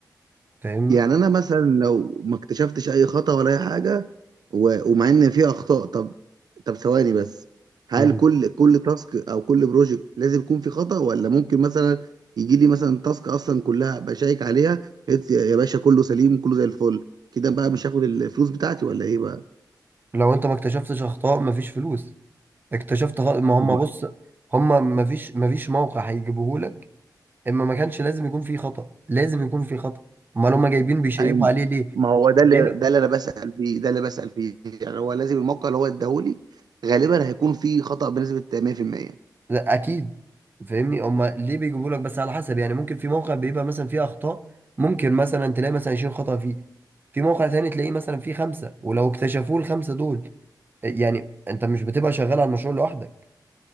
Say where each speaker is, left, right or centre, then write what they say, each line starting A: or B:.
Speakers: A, on the right; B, on the right.
A: فاهمني؟
B: يعني انا مثلا لو ما اكتشفتش اي خطأ ولا اي حاجه و... ومع ان في اخطاء طب طب ثواني بس هل
A: مم.
B: كل كل تاسك او كل بروجكت لازم يكون في خطأ ولا ممكن مثلا يجي لي مثلا تاسك اصلا كلها بشيك عليها قلت يا يا باشا كله سليم كله زي الفل كده بقى مش هاخد الفلوس بتاعتي ولا ايه بقى
A: لو أنت ما اكتشفتش أخطاء مفيش فلوس اكتشفت خ... ما هم
B: ما هو
A: بص هم مفيش مفيش موقع هيجيبهولك إما ما كانش لازم يكون فيه خطأ لازم يكون فيه خطأ أمال هم جايبين بيشيكوا
B: ايوه
A: عليه
B: ما هو ده
A: ليه؟
B: اللي ده اللي انا بسأل فيه ده اللي بسأل فيه يعني هو لازم الموقع اللي هو اداهولي غالبا هيكون فيه خطأ بنسبة 100%
A: لا اكيد فاهمني هما ليه بيجيبوا لك بس على حسب يعني ممكن في موقع بيبقى مثلا فيه اخطاء ممكن مثلا تلاقي مثلا 20 خطأ فيه في موقع تاني تلاقيه مثلا فيه خمسة ولو اكتشفوه الخمسة دول آه، يعني انت مش بتبقى شغال على المشروع لوحدك